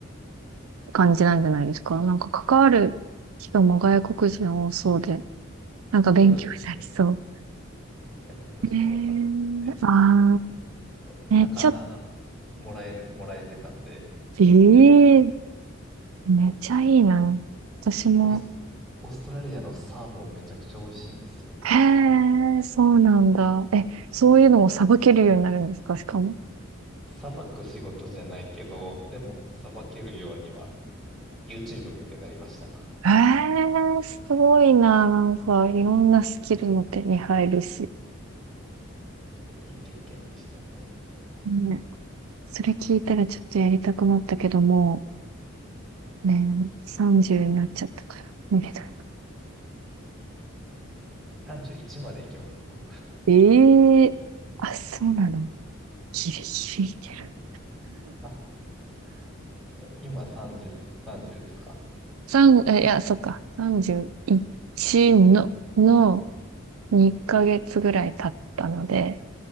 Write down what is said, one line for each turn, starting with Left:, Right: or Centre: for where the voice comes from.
Right: 感じなんじゃないですか。なんか、関わる人も外国人多そうで、なんか勉強になりそ
Centre: そうですね。外国人多かったですね。
Right: う。ねえああ
Centre: と、魚
Right: ね、ちょっ
Centre: もらえる、もらえてたんで、
Right: ええめっちゃいいな。私も。
Centre: オースト、オーストラリアのサーモンめちゃくちゃ美味しいんですよ。
Right: へえ、そうなんだ。え、そういうのもさばけるようになるんですかしかも。
Centre: さばく仕事じゃないけど、でもさばけるようには YouTube 見てなりました。
Right: へえ、すごいな。なんか、いろんなスキルも手に入るし。
Centre: えいい経験でしたね。
Right: ね。それ聞いたらちょっとやりたくなったけども、ね、30になっちゃったから、無理だ。
Centre: 31までいけますよ。
Right: ええあ、そうなの。ギリギリいける。
Centre: あ、今30、30ですか
Right: 三、えいや、そっか。31の、の、2ヶ月ぐらい経ったので、